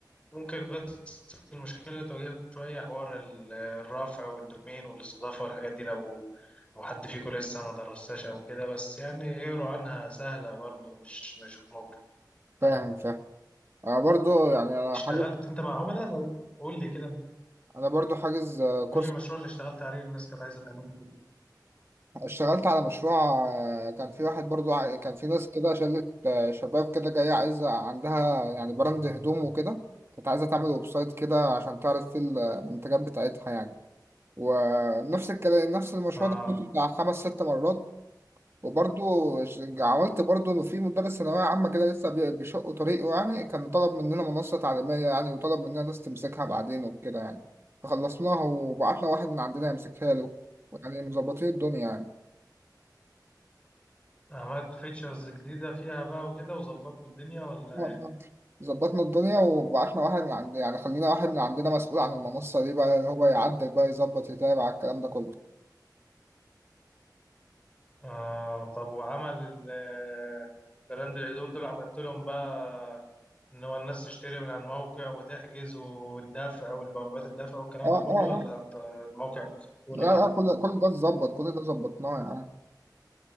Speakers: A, on the left (about 15°); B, on the right (about 35°).
A: ممكن بس المشكلة اللي تواجهكم شوية حوار ال- الرافع والدومين والاستضافة والحاجات دي لو لو حد فيكم لسه ما درستهاش أو كده بس يعني اقروا عنها سهلة برضه مش مش ممكن
B: فاهم فاهم انا برضو يعني انا
A: اشتغلت
B: حاجز
A: أنت مع عملاء لو قول لي كده
B: انا برضو حاجز آه، كورس
A: قول لي المشروع اللي اشتغلت عليه الناس كانت عايزة تعمله كده
B: اشتغلت على مشروع آه، كان في واحد برضو عاي- كان في ناس كده شلة آه، شباب كده جاية عايزة عندها يعني براند هدوم وكده كانت عايزة تعمل ويب سايت كده عشان تعرض فيه المنتجات بتاعتها يعني ونفس الكلام نفس المشروع
A: اه
B: ده كنت بتاع خمس ست مرات وبرضو ش- عملت برضو إنه في مدرس ثانوية عامة كده لسه بي- بيشق طريقه يعني كان طلب مننا منصة تعليمية يعني وطلب مننا ناس تمسكها بعدين وكده يعني فخلصناها وبعتنا واحد من عندنا يمسكها له يعني مظبطين الدنيا يعني
A: عملت فيتشرز جديدة فيها بقى وكده وظبطت الدنيا ولا
B: آه، ظبطنا الدنيا وبعتنا واحد من عند يعني خلينا واحد من عندنا مسؤول عن المنصة دي بقى اللي هو يعدل بقى يظبط يتابع الكلام ده كله
A: آه طب وعمل ال- آه، براند الهدوم دول عملت لهم بقى ان هو الناس تشتري من على الموقع وتحجز والدفع والبوابات الدفع والكلام
B: اه
A: ده كله
B: اه
A: ولا
B: اه
A: أنت الموقع تقولي
B: لا لا
A: كده
B: كل كل ده اتظبط كل ده ظبطناه يا عم